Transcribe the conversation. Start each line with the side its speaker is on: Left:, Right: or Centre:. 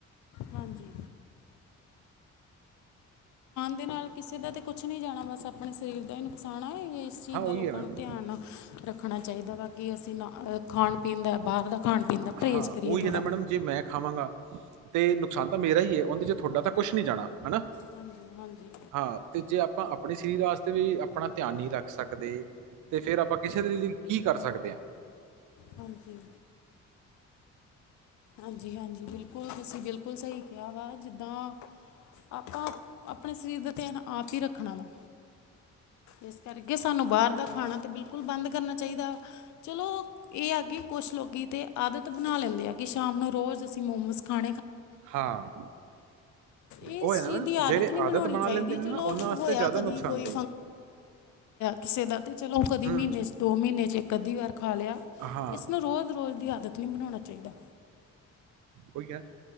Left: ਹਾਂਜੀ, ਦੇ ਨਾਲ ਕਿਸੇ ਦਾ ਤੇ ਕੁਝ ਨਹੀਂ ਜਾਣਾ ਬਸ ਆਪਣੇ ਸਰੀਰ, ਇਸ ਚੀਜ਼
Right: ਹਾਂ, ਉਹੀ
Left: ਦਾ ਲੋਕਾਂ
Right: ਹੈ ਮੈਮ
Left: ਨੂੰ ਧਿਆਨ ਨਾਲ ਰੱਖਣਾ। ਅਸੀਂ ਖਾਣ ਪੀਣ ਦਾ ਬਾਹਰ ਦਾ ਖਾਣ ਪੀਣ ਦਾ ਪਰਹੇਜ਼
Right: ਹਾਂ
Left: ਕਰੀਏ
Right: ਉਹ ਹੀ ਜਾਂਦਾ
Left: ਥੋੜਾ
Right: ਮੈਡਮ ਜੇ ਮੈਂ ਖਾਵਾਂਗਾ। ਤੇ ਨੁਕਸਾਨ ਤਾਂ ਮੇਰਾ ਹੀ ਐ, ਉਹਦੇ ਚ ਤੁਹਾਡਾ ਹਨਾ,
Left: ਹਾਂਜੀ ਹਾਂਜੀ
Right: ਹਾਂ ਤੇ ਜੇ ਆਪਾਂ ਆਪਣੇ ਸਰੀਰ ਵਾਸਤੇ ਵੀ ਆਪਣਾ ਧਿਆਨ ਨਹੀਂ ਸਕਦੇ ਤੇ ਫਿਰ ਆਪਾਂ ਕਿਸੇ ਦੀ ਕੀ ਕਰ ਸਕਦੇ ਆਂ।
Left: ਹਾਂਜੀ, ਹਾਂਜੀ, ਬਿਲਕੁਲ ਤੁਸੀਂ ਬਿਲਕੁਲ ਸਹੀ ਕਿਹਾ ਵਾ ਜਿੱਦਾਂ। ਆਪਣੇ ਸਰੀਰ ਦਾ ਧਿਆਨ ਆਪ ਹੀ ਰੱਖਣਾ ਵਾ ਇਸ ਕਰਕੇ ਸਾਨੂੰ ਬਾਹਰ ਦਾ ਖਾਣਾ ਤੇ ਬਿਲਕੁਲ ਬੰਦ ਕਰਨਾ ਚਾਹੀਦਾ ਚਲੋ ਇਹ ਕਿਉਂਕਿ ਤੇ ਆਦਤ ਬਣਾ ਲੈਂਦੇ, ਆ ਕਿ ਸ਼ਾਮ ਨੂੰ ਰੋਜ਼ ਅਸੀਂ ਮੋਮਸ ਖਾ
Right: ਹਾਂ,
Left: ਇਸ
Right: ਉਹ ਹੈ ਨਾ
Left: ਚੀਜ਼
Right: ਮੈਮ
Left: ਦੀ ਆਦਤ
Right: ਜਿਹੜੇ
Left: ਨਹੀਂ ਬਣਾਣੀ
Right: ਬਣਾ
Left: ਚਾਹੀਦੀ
Right: ਲੈਂਦੇ ਨੇ
Left: ਚਲੋ
Right: ਨਾ ਉਹਨਾਂ ਵਾਸਤੇ
Left: ਹੋਇਆ
Right: ਜ਼ਿਆਦਾ
Left: ਕਦੀ
Right: ਨੁਕਸਾਨਦੇਹ
Left: ਕੋਈ
Right: ਹੈ।
Left: ਕਿਸੇ ਦਾ ਤੇ ਚਲੋ ਕਦੀ
Right: ਹੂੰ,
Left: ਮਹੀਨੇ ਦੋ ਮਹੀਨੇ ਚ ਇੱਕ ਅੱਧੀ ਖਾ ਲਿਆ,
Right: ਹਾਂ,
Left: ਇਸ ਨੂੰ ਰੋਜ਼ ਰੋਜ਼ ਦੀ ਆਦਤ ਨਹੀਂ ਬਣਾਣਾ ਚਾਹੀਦਾ।
Right: ਹੋ ਗਿਆ